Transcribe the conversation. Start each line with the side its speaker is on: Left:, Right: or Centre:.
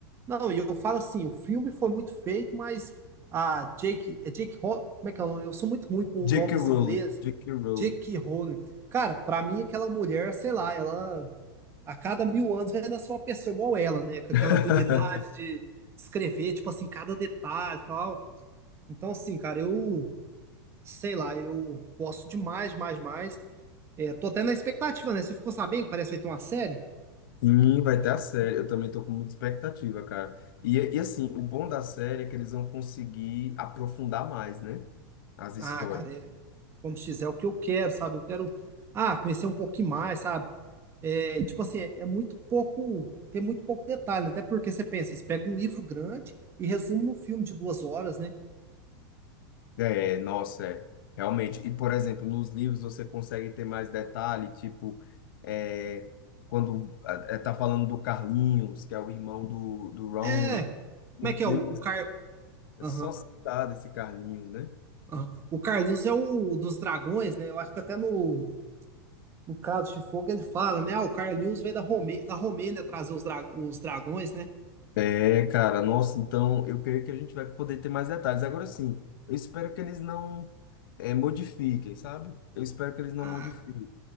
Right: Não, e eu falo assim, o filme foi muito feito, mas a Jake, é Jake Ho- como é que é? o nome? Eu sou muito ruim com
Left: J.K.
Right: nomes
Left: Rowling,
Right: em inglês.
Left: J.K. Rowling.
Right: Jake Rowling. Cara, pra mim aquela mulher, sei lá, ela a cada mil anos vai nascer uma pessoa igual ela, né? Com
Left: <laughs>
Right: aquela habilidade de escrever, tipo assim, cada detalhe e tal. Então, assim, cara, eu sei lá, eu gosto demais, mais, mais. É, tô até na expectativa, né? Você ficou sabendo que parece que vai ter uma série?
Left: Sim, vai ter a série. Eu também tô com muita expectativa, cara. E, e assim, o bom da série é que eles vão conseguir aprofundar mais, né? As histórias.
Right: Ah, cara, é, como se diz, é o que eu quero, sabe? Eu quero, ah, conhecer um pouquinho mais, sabe? É, tipo assim, é é muito pouco, tem muito pouco detalhe, né? até porque você pensa, você pega um livro grande e resume num filme de duas horas, né?
Left: É, nossa, é, realmente. E, por exemplo, nos livros você consegue ter mais detalhe, tipo, é, quando é, tá falando do Carlinhos, que é o irmão do, do Ronnie,
Right: É, como
Left: no
Right: é que
Left: filme
Right: é o, o
Left: é
Right: Car...
Left: é
Right: Aham,
Left: só citado esse Carlinhos, né?
Right: aham. O Carlinhos é o dos dragões, né? Eu acho que até no, no Cálice de Fogo ele fala, né? Ah, o Carlinhos veio da Romê... da Romênia trazer os, dra... os dragões, né?
Left: É, cara, nossa, então eu creio que a gente vai poder ter mais detalhes. Agora sim, eu espero que eles não eh, modifiquem, sabe? Eu espero que eles não
Right: Ah,
Left: modifiquem.